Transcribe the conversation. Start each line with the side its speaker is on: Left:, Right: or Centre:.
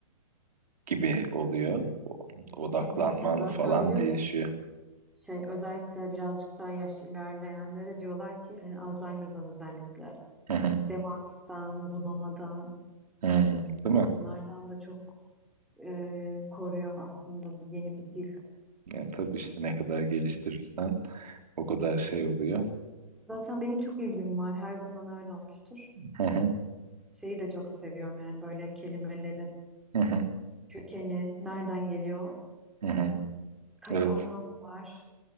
Right: gibi oluyor O- odaklanman
Centre: kesinlikle zaten
Right: falan
Centre: biliyorsun
Right: değişiyor.
Centre: şey özellikle birazcık daha yaş ilerleyenlere diyorlar ki hani Alzheimer'dan özellikle
Right: Hı hı.
Centre: demanstan, bunamadan
Right: Hı, değil mi?
Centre: bunlardan da çok e, koruyor aslında yeni bir dil.
Right: Yani tabii işte ne kadar geliştirirsen o kadar şey oluyor.
Centre: Zaten benim çok ilgim var. Her zaman öyle olmuştur.
Right: Hı hı.
Centre: Şeyi de çok seviyorum yani böyle kelimelerin
Right: Hı hı.
Centre: kökeni, nereden geliyor,
Right: Hı hı.
Centre: kaç
Right: Evet.
Centre: anlamı var.